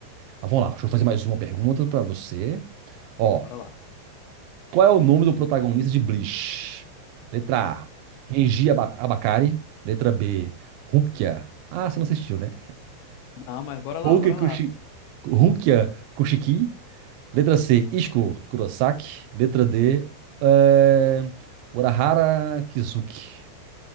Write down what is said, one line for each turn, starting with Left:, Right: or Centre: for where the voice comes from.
Right: Mas vamos lá, deixa eu fazer mais uma pergunta pra você. Ó,
Left: bora lá.
Right: Qual é o nome do protagonista de Bleach? Letra A, Renji Aba- Abakari. Letra B, Rukia. Ah, você não assistiu, né?
Left: Não, mas bora lá,
Right: Rukia,
Left: bora
Right: Kushi...
Left: lá.
Right: Rukia Kushiki. Letra C, Ishiko Kurosaki. Letra D, é... Urahara Kizuki.